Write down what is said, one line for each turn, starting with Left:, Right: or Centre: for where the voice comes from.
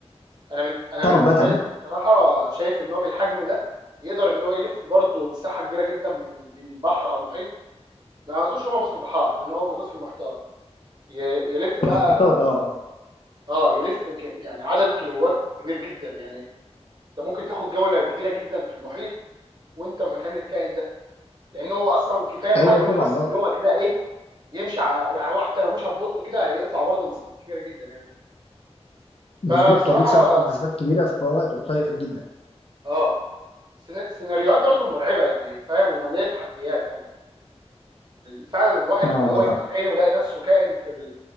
Right: انا بن... انا
Left: تعرف
Right: بالنسبه
Left: بقى تعمل
Right: لي بصراحه شايف ان هو بالحجم ده يقدر ان هو يلف برضه مساحه كبيره جدا من من بحر او محيط ما اظنش هو موجود في البحار لان هو موجود في المحيطات ي... يلف
Left: في
Right: بقى
Left: المحيطات اه
Right: اه يلف ك... يعني عدد كيلوات كبير جدا يعني انت ممكن تاخد جوله كبيره جدا في المحيط وانت مكان الكائن ده لان هو اصلا كفايه بحجمه
Left: ايوه طبعا
Right: ده بس
Left: اه
Right: ان هو كده ايه يمشي ع... يعني هو حتى لو مشى ببطء كده هيقطع برضه مسافات كبيره جدا يعني
Left: بالظبط
Right: فبصراحه
Left: هو بيكسر مسافات كبيره في وقت قصير جدا
Right: اه سينا- سيناريوهات برضه مرعبه يعني فاهم ومليانه تحديات يعني فعلا الواحد
Left: اه
Right: ان
Left: والله
Right: هو
Left: طبعا
Right: يفتح عينه ويلاقي نفسه كائن في ال-